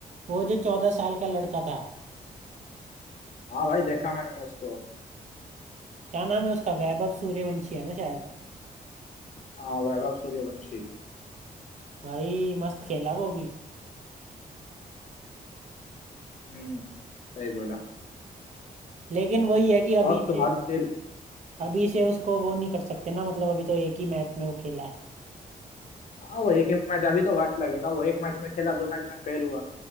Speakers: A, on the right; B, on the left.
A: वो जो चौदह साल का लड़का था
B: हाँ भाई देखा मैंने उसको
A: क्या नाम है उसका वैभव सूर्यवंशी है ना शायद
B: हाँ वैभव सूर्यवंशी
A: भाई मस्त खेला वो भी
B: हम्म सही बोला
A: लेकिन वही है कि अभी
B: और तुम्हारी
A: से
B: तेरी
A: अभी से उसको वो नहीं कर सकते ना मतलब अभी तो एक ही मैच में वो खेला है
B: हाँ वो एक ही मैच अभी तो वक्त लगेगा वो एक मैच में खेला दो मैच में फेल हुआ